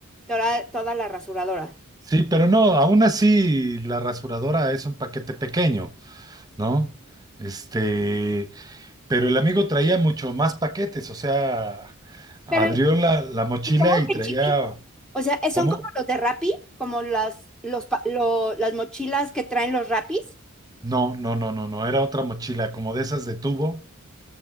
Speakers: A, in the centre; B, on the right.
A: toda, toda la rasuradora.
B: sí, pero no, aún así la rasuradora es un paquete pequeño, ¿no? Este, Pero el amigo traía mucho más paquetes, o sea, abrió
A: Pero
B: la, la mochila
A: Supongo
B: y
A: que
B: traía,
A: chiquito. O sea, eh,
B: ¿cómo?
A: son como los de Rappi, como las, los, pa- lo- las mochilas que traen los Rappis,
B: No, no, no, no, no, era otra mochila, como de esas de tubo.